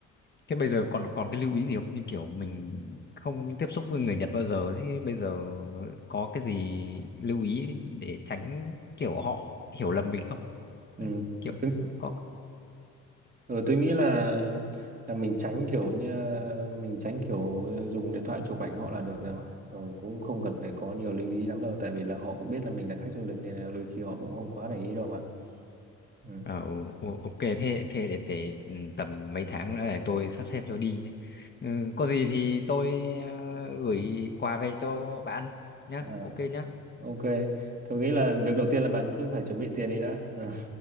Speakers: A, on the left; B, on the right.
A: thế bây giờ còn còn cái lưu ý gì không? Như kiểu mình không tiếp xúc với người Nhật bao giờ thì bây giờ có cái gì lưu ý để tránh kiểu họ hiểu lầm mình không?
B: ừ.
A: Kiểu
B: Tôi,
A: có
B: ừ, tôi nghĩ là là mình tránh kiểu như mình tránh kiểu dùng điện thoại chụp ảnh họ là được rồi mà rồi cũng không cần phải có nhiều lưu ý lắm đâu tại vì là họ cũng biết là mình là khách du lịch này là đôi khi họ cũng không quá để ý đâu mà ừ.
A: Ờ, ừ, ừ, ok thế thế để, để ừ, tầm mấy tháng nữa để tôi sắp xếp rồi đi nhé. Ừ, có gì thì tôi ờ, gửi quà về cho bạn nhé.
B: Ờ,
A: Ok nhé.
B: ok tôi nghĩ là việc đầu tiên là bạn cứ phải chuẩn bị tiền đi đã ừ.